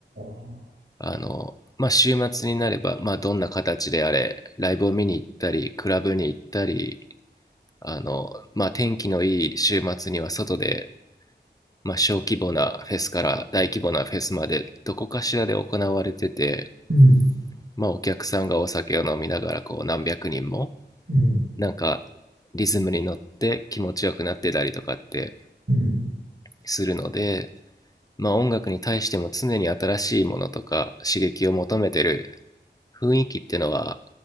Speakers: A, on the right; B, on the left.
A: あ。
B: あの、まあ、週末になれば、まあ、どんな形であれライブを見に行ったりクラブに行ったりあの、まあ、天気のいい週末には外で、まあ、小規模なフェスから大規模なフェスまでどこかしらで行われてて。
A: うん。
B: まあ、お客さんがお酒を飲みながらこう何百人も
A: うん。
B: なんかリズムに乗って気持ちよくなってたりとかって
A: うん。
B: するので、まあ、音楽に対しても常に新しいものとか刺激を求めてる雰囲気っていうのは